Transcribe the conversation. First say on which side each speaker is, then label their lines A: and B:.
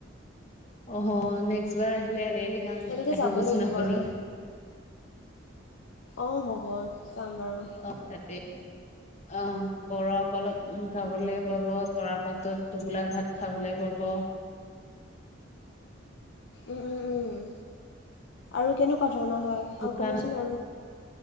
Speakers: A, on the left; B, on the left.
A: অহ হ নেক্সটবাৰ আহিলে আলি আই লিগাং
B: তেনেকৈ
A: আহিবচোন
B: যাব লাগিব
A: আপুনি।
B: আৰু অঁ হ'ব। যাম বাৰু
A: অ তাতে অ পৰপলত উম খাবলে পাব তৰা পাতত টোবোলা ভাত খাবলৈ পাব।
B: উম উম উম আৰু কেনেকুৱা? ধৰণৰ হয়
A: শুকান
B: আৰু ক'বচোন আৰু